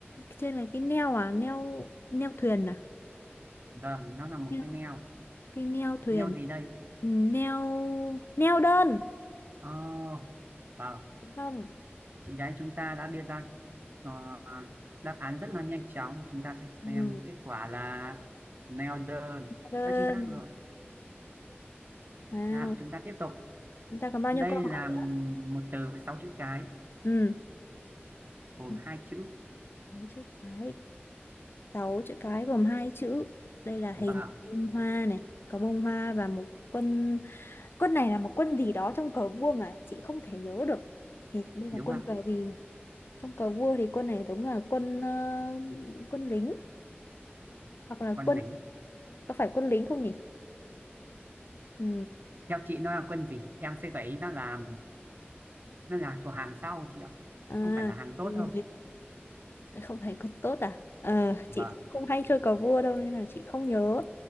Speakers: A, on the left (about 65°); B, on the right (about 50°).
A: trên là cái neo à neo neo thuyền à
B: vâng nó là một
A: neo,
B: cái neo
A: cái neo thuyền
B: neo gì đây
A: Ừm, neo neo đơn
B: oh, vâng
A: đúng không
B: chị gái chúng ta đã đưa ra ờ, đáp án rất là nhanh chóng và chúng ta sẽ xem
A: Ừm,
B: kết quả là neo đơn
A: đơn
B: rất chính xác rồi
A: wow
B: nào chúng ta tiếp tục
A: Chúng ta còn bao
B: đây
A: nhiêu câu
B: là
A: hỏi?
B: một từ với sáu chữ cái
A: Ừ,
B: gồm
A: một
B: hai chữ
A: sáu chữ cái. Sáu chữ cái gồm hai chữ. Đây là
B: vợ
A: hình bông hoa này, có bông hoa và một quân. Quân này là một quân gì đó trong cờ vua mà chị không thể nhớ được. Thì đây là
B: đúng
A: quân
B: không ạ
A: cờ gì nhỉ? Trong cờ vua thì quân này giống là quân ờ, quân lính hoặc là
B: còn
A: quân
B: lính
A: có phải quân lính không nhỉ? Ừ.
B: theo chị nó là quân gì em sẽ gợi ý nó là nó là thuộc hàng sau chị ạ
A: À,
B: không phải là hàng tốt
A: ừ.
B: đâu
A: Không phải quân tốt à? Ờ,
B: vâng
A: chị không hay chơi cờ vua đâu nên là chị không nhớ.